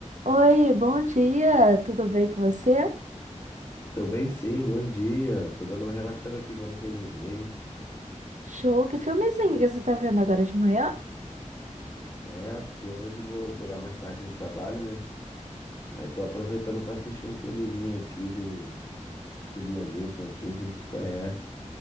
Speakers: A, on the right (about 70°); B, on the left (about 35°).
A: Oi, bom dia, tudo bem com você?
B: Tô bem sim, bom dia. Tô dando uma relaxada aqui vendo um filmezinho.
A: Show, que filmezinho que você tá vendo agora de manhã?
B: É, porque hoje eu vou pegar mais tarde no trabalho, né? Aí tô aproveitando pra assistir um filmezinho aqui do, do Lianilson aqui, não sei se tu conhece.